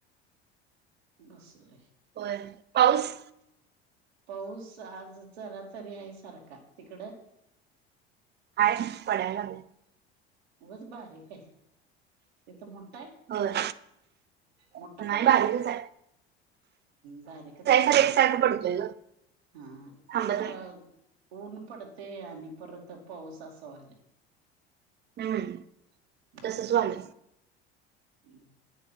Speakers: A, on the right; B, on the right.
A: बसलोय
B: होय पाऊस
A: पाऊस आज जरा तरी आहे सारखा तिकडं
B: आहे पडाय लागलाय
A: उगच बारीक आहे तिथं मोठा आहे
B: लागलाय
A: मोठ्ठा
B: होय नाही
A: पडायलाय
B: बारीकच आहे
A: बारीकच आहे
B: खरं एकसारखं पडतोय ग
A: हा
B: थांबत नाही
A: अ ऊन पडतय आणि परत पाऊस असं व्हायलय
B: ह
A: हम्म
B: तसच व्हायलय
A: <unintelligible>